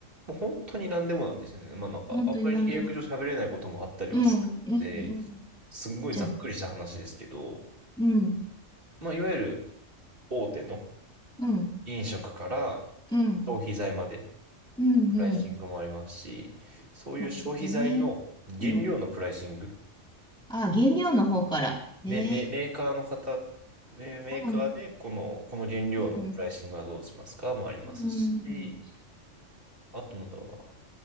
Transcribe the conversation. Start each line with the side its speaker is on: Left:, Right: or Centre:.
Right: もう本当に何でもなんですよね。まあなんか、
Centre: 本当に何でも。
Right: あんまり契約上喋れないこともあったりはするんで、
Centre: うん、うん、うん。
Right: すんごいざっくりした話ですけど、
Centre: じゃあ、うん、
Right: まあいわゆる大手の
Centre: うん、
Right: 飲食から
Centre: うん、
Right: 消費財まで、
Centre: うん、
Right: プライシングもありますし、
Centre: うん。
Right: そういう消費財の原料のプライシング、
Centre: なるほどね。うん。ああ、原料の方から。ええ
Right: メ、メ、メーカーの方、メ、メーカーでこの、
Centre: うん、
Right: この原料のプライシングはどうしますかもありますし、
Centre: うん、うん、うん、
Right: あとなんだろ